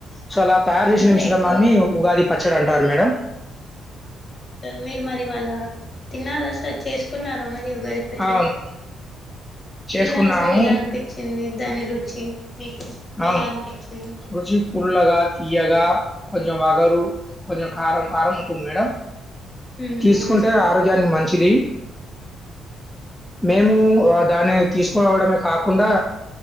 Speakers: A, in the centre; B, on the left.
A: సో అలా తయారు
B: అవును
A: చేసిన
B: సార్
A: మిశ్రమాన్ని
B: ఎక్కువగా
A: ఉగాది పచ్ ఎక్కడ అంటారు మేడం
B: సార్ మీరు మరి వాళ్ళ తినాలా సార్ చేసుకున్నారు మర్ ఈ ఉగాది పచ్చడ
A: అవును. చేసుకున్నాము.
B: తిన్నాలి సార్ ఎలా అనిపిచ్చింది దాని రుచ్ చి మీకు
A: అవును.
B: ఎలా అనిపిచ్చింది
A: రుచి పుల్లగా తియ్యగా కొంచెం వగరు కొంచెం కారం కారం ఉంటుంది మేడం
B: ఉమ్
A: తీసుకుంటే
B: అవును సార్
A: ఆరోగ్యానికి మంన్ చిది మేము ఓ దాన్ని తీసుకూరావడమే కాకుండా